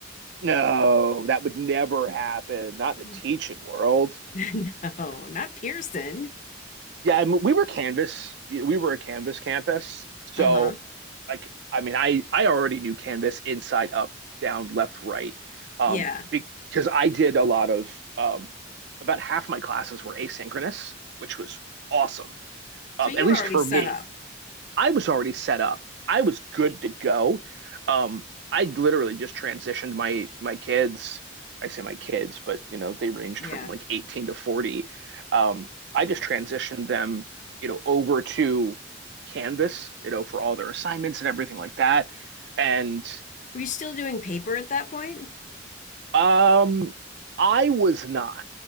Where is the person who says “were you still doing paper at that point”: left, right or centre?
Left